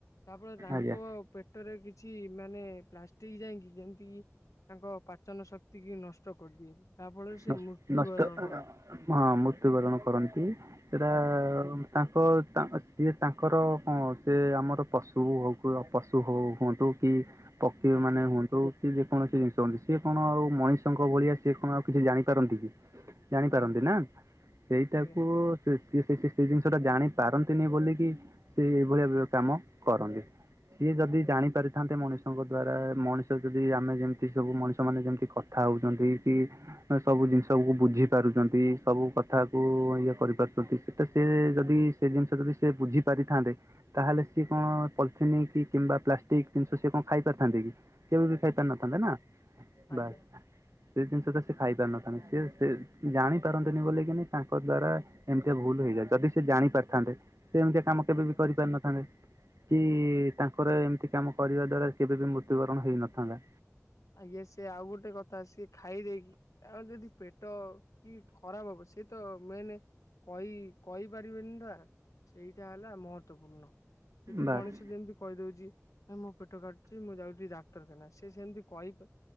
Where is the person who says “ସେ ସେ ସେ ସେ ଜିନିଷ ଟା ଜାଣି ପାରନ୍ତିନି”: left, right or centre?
Right